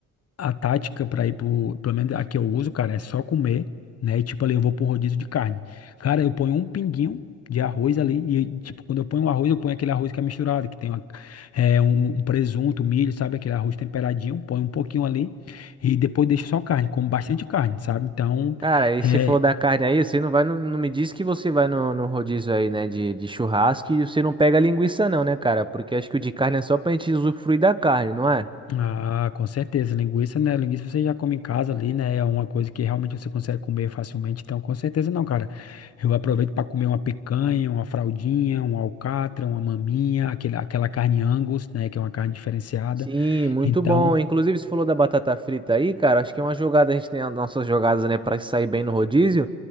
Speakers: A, on the left (about 55°); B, on the right (about 15°).
A: A tática pra ir pro, pelo menos a que eu uso, cara, é só comer, né? E tipo ali, eu vou pra um rodízio de carne. Cara, eu ponho um pinguinho de arroz ali e tipo, quando eu ponho o arroz, eu ponho aquele arroz que é misturado, que tem uma, é, um, um presunto, milho, sabe? Aquele arroz temperadinho, ponho um pouquinho ali e depois deixo só carne, como bastante carne, sabe? Então,
B: Cara, aí você
A: é,
B: falou da carne aí, você não vai, no- não, me diz que você vai no, no rodízio aí, né, de, de churrasco e você não pega linguiça não, né, cara? Porque acho que o de carne é só pra gente usufruir da carne, não é?
A: Ah, com certeza. Linguiça, né? Linguiça você já come em casa ali, né? É uma coisa que realmente você consegue comer facilmente. Então, com certeza não, cara. Eu aproveito para comer uma picanha, uma fraldinha, um alcatra, uma maminha, aquele, aquela carne Angus, né? Que é uma carne diferenciada.
B: Sim, muito
A: Então,
B: bom. Inclusive, você falou da batata frita aí, cara. Acho que é uma jogada, a gente tem as nossas jogadas, né, para sair bem no rodízio.